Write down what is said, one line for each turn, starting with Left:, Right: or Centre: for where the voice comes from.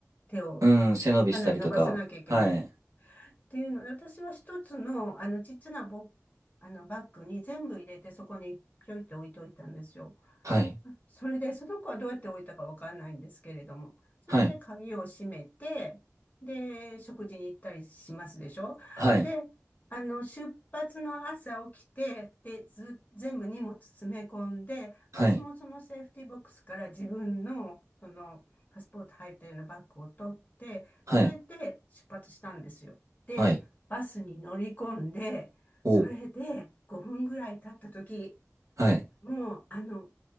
Left: 手を
Right: うん、背伸びしたりとか。
Left: かなり伸ばさなきゃいけないっ
Right: はい。
Left: ていうので、私は一つの、あの、ちっちゃなボ、あの、バッグに全部入れて、そこにぴょいって置いといたんですよ。
Right: はい。
Left: それで、その子はどうやって置いたかわかんないんですけれども、それで鍵を閉めて、
Right: はい。
Left: で、食事に行ったりしますでしょで、
Right: はい。
Left: あの、出発の朝起きて、で、ず、全部荷物詰め込んで、
Right: はい。
Left: 私もそのセーフティーボックスから自分の、その、パスポート入ったようなバッグを取って、
Right: はい。
Left: それで出発したんですよ。で、
Right: はい。
Left: バスに乗り込んで、
Right: おう。
Left: それで5分ぐらい経った時
Right: はい。
Left: もう、あの、